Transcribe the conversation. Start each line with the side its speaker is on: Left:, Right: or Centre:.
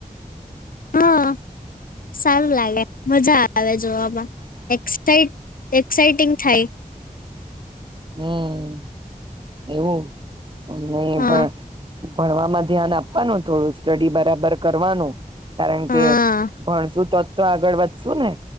Left: હા સારું લાગે મજા આવે જોવામા એ એક્સાઈટિંગ થાય
Right: હમ્મ એવું નહી
Left: હા
Right: પણ ભણવામાં ધ્યાન આપવાનું થોડું સ્ટડી બરાબર કરવાનું કારણ
Left: હા
Right: કે ભણસું તો તો આગળ વધશુ ને